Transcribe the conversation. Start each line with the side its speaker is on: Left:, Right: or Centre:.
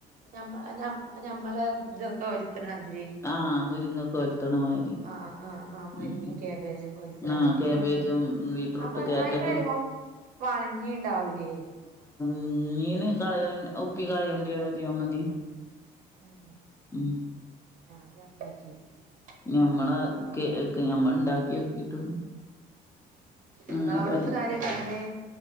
Right: മ്മ ഞമ്മള് ഇതൊക്കെ ഒലുത്തണതിരി
Left: ആഹ് മുരിങ്ങൊക്കെ ഒലത്തണ മാതിരി
Right: ആഹാ ആഹ് ആ മരിങ്ങ
Left: ഉം ഉം
Right: കേബജകൊ <unintelligible>
Left: ആഹ് കാബേജും ബീറ്റ്റൂട്ട്
Right: അപ്പ
Left: ക്യാരറ്റൊക്കെ
Right: അയ്മല വളഞ്ഞി ഇണ്ടാവൂലേ
Left: മീന് കാള ഉപ്പി കാളയണ്ടവതിയാ മതി
Right: ഉം
Left: ഉം
Right: അത് അദ്യട്ട് കേക്കാണ്
Left: ഞമ്മള ഞമ്മള് ഉണ്ടാക്കി നോക്കിട്ട് അങ്ങനെ
Right: നിങ്ങളോട്
Left: പറഞ്ഞു
Right: ഇപ്പ ഇതാരാ പറഞ്ഞേ